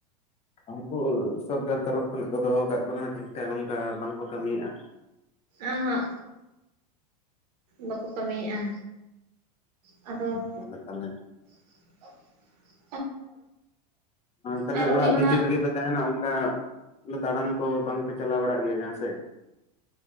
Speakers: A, on the left; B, on the right.
A: ᱩᱱᱠᱩ ᱥᱚᱨᱠᱟᱨ ᱛᱚᱨᱚᱯᱷ ᱠᱷᱚᱱᱟᱜ ᱠᱚ ᱫᱚᱦᱚ ᱠᱟᱜ ᱠᱚ ᱨᱮᱦᱚᱸ ᱚᱱᱠᱟ ᱴᱷᱤᱠᱴᱷᱟᱠ ᱚᱱᱠᱟ ᱵᱟᱝᱠᱚ ᱠᱟᱹᱢᱤᱭᱮᱜ-ᱟ᱾
B: ᱚᱦᱚᱸᱜ ᱵᱟᱠᱚ ᱠᱟᱹᱢᱤᱭᱮᱫᱼᱟ᱾ ᱟᱫᱚ
A: ᱛᱟᱞᱮ ᱛᱟᱞᱮ
B: <inaudible>
A: ᱛᱟᱦᱚᱞᱮ
B: ᱟᱨ ᱩᱱᱤ
A: ᱚᱲᱟᱜ
B: ᱦᱚᱸ
A: ᱵᱷᱤᱛᱤᱨ
B: ᱱᱟᱜ
A: ᱨᱮᱜᱮ ᱛᱟᱦᱮᱱᱟ ᱚᱱᱠᱟ ᱫᱟᱬᱟᱱ ᱠᱚ ᱵᱟᱝ ᱯᱮ ᱪᱟᱞᱟᱣ ᱵᱟᱲᱟᱜ ᱜᱮᱭᱟ ᱡᱟᱸᱦᱟᱸ ᱥᱮᱫ?